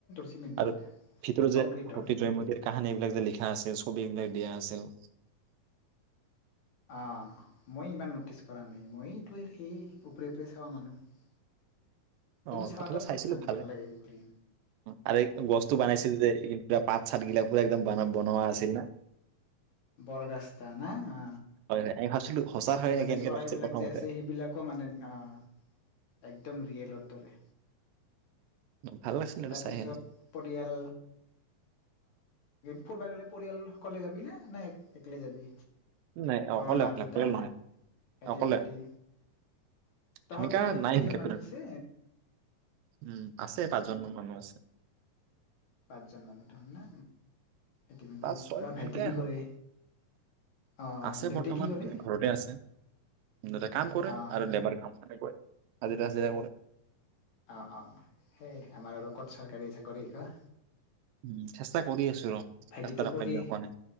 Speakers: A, on the left; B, on the right.
A: চিমেণ্টৰ
B: আৰু
A: এতিয়া
B: ভিতৰত
A: কংক্ৰিটৰ
B: যে সতী জয়মতীৰ কাহানী বিলাক যে লিখা আছে ছবিলাক দিয়া আছিল।
A: অঁ মই ইমান ন'টিছ কৰা নাই মই ত সেই ওপৰে ওপৰে চাব মানুহ কিন্তু
B: অঁ
A: চাৱাটা
B: তথাপি
A: চব
B: চাইছিলো
A: চাং
B: ভালে
A: ভাল লাগে ঘূৰি
B: আৰু এই গছটো
A: উম
B: বনাইছিল যে এইা পাত চাতগিলাক, একদম বান বনোৱা আছিল ন
A: বৰগাস্তা না হা
B: হয় হয় আমি ভাবছিলো সঁচা
A: তাতে
B: হয়
A: মানে
B: নেকি এনেকে
A: চৰাইবিলাক
B: লাগছিল প্ৰথমতে
A: যে আছে সেইবিলাকো মানে অঁ একদম ৰিয়েলত দৰে
B: ভাল লাগিছিল এইটো
A: তাৰপিছত
B: চাই হেনে।
A: পৰিয়াল ফূৰিব গ'লে পৰিয়াল সকলে যাবিনা না অকলে যাবি
B: নাই
A: ঘৰৰ
B: অকলে
A: মা
B: অকলে।
A: দেউতা
B: সেই নহয়।
A: ভাইটি
B: অকলে,
A: ভন্টি তহাৰ
B: সেনেকা
A: পৰিয়ালত
B: নাই
A: কেইজন
B: সেনেকে
A: মানুহ আছে
B: উম আছে পাঁচজন মান মানুহ আছে।
A: পাঁচজন মানুহ তহত না ইতিমধ্যে
B: পাঁচ ছয়
A: তৰ ভাইটি ভাইটিয়ে
B: এনেকে
A: কি
B: হ'ল
A: কৰে? অ
B: আছে
A: দেউতাই
B: বৰ্তমান
A: কি কৰে
B: মানে ঘৰতে আছো, দেউতাই কাম কৰে
A: অ
B: আৰু লেবাৰ কাম কৰে। হাজিৰা চাজিৰা কৰে।
A: অঁ অঁ সেই আমাৰ আৰু ক'ত চৰকাৰী চাকৰি ক।
B: উ চেষ্টা কৰি আছো ৰ চেষ্টাত
A: ভাইটিটো পঢ়ি
B: অখাদ্য হোৱা নাই।